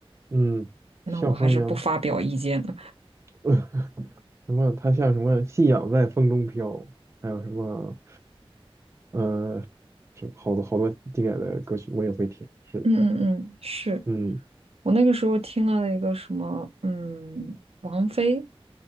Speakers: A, on the right (about 30°); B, on the right (about 80°).
A: 嗯，
B: 那我还是不发表意见了。
A: 像风一样，<laughs> 什么？他像什么？信仰在风中飘，还有什么？呃，好多好多经典的歌曲我也会听。是的，
B: 嗯嗯嗯，是
A: 嗯，
B: 我那个时候听了一个什么，嗯，王菲，